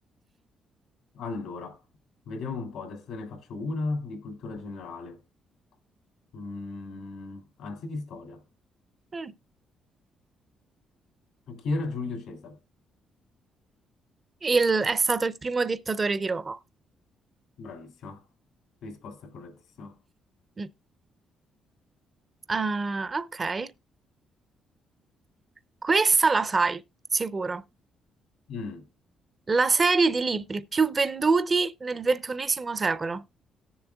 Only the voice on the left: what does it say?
Allora, vediamo un po', adesso te ne faccio una di cultura generale, Mm, anzi di storia.
Chi era Giulio Cesare?
Bravissima, risposta correttissima.
Mm,